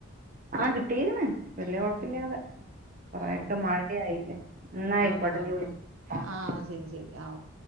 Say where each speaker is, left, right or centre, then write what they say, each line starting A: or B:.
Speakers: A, on the right (about 40°); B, on the right (about 80°).
A: ആ കിട്ടിയക്ക്ണ് വല്യയ കൊഴപ്പല്ലാതെ
B: ആഹ്
A: കൊറെയൊക്കെ
B: ആഹ്
A: മഴയായില്ലേ ന്നായിക്കോട്ടെ
B: ആഹ്
A: ഞ്ഞി
B: അതാ
A: വിളിക്കാട്ടൊ
B: ആഹ് ശരി ശരി ആഹ് ഓക്കെ